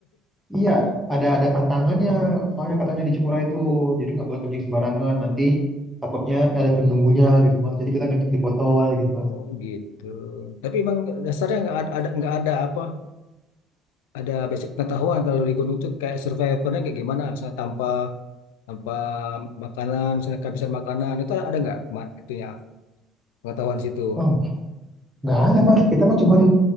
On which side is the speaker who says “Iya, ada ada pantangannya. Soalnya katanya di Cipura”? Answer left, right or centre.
Centre